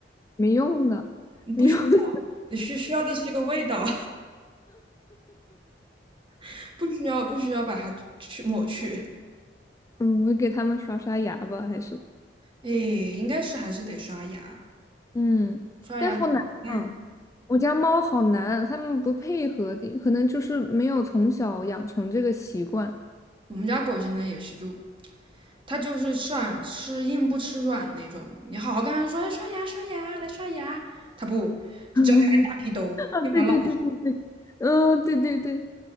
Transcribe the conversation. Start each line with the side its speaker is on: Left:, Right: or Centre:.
Left: 没用的，
Right: <laughs>
Left: 没用的。
Right: 不需
Left: <laughs>
Right: 要，需需要的是这个味道，<laughs> 不需要不需要把它去抹去。
Left: 嗯，我给他们刷刷牙吧，还是
Right: 哎，应该是还是得刷牙，
Left: 嗯，
Right: 刷牙那一。
Left: 但好难啊！我家猫好难，它们不配合的，可能就是没有从小养成这个习惯。
Right: 我们家狗现在也是，就他就是吃软吃硬不吃软那种。你好好跟他说，哎，刷牙刷牙，来刷牙，他不，只要开大屁兜，
Left: <laughs> 啊，
Right: 立马老
Left: 对对对对对，嗯，对对对